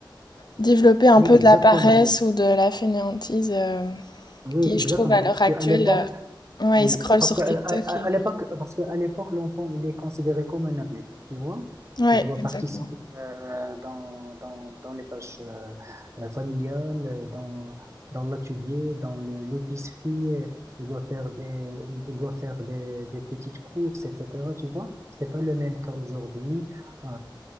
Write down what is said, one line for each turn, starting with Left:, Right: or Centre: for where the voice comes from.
Left: développer un
Right: Oui,
Left: peu
Right: exactement.
Left: de la paresse ou de la fainéantise. euh,
Right: Oui,
Left: qui,
Right: exactement.
Left: je trouve, à
Right: Parce
Left: l'heure actuelle,
Right: qu'à l'époque,
Left: euh, ouais,
Right: Oui,
Left: ils scrollent
Right: parce
Left: sur
Right: qu'à
Left: TikTok
Right: à, à-
Left: et...
Right: à l'époque, parce qu'à l'époque, l'enfant, il est considéré comme un adulte, tu vois.
Left: Ouais,
Right: Il doit
Left: exactement.
Right: participer euh, dans, dans, dans les tâches euh, euh, familiales, euh, dans, dans l'atelier, dans le- l'épicerie. euh, Il doit faire des, il il doit faire des, des petites courses, etc. Tu vois, c'est pas le même cas aujourd'hui. Euh,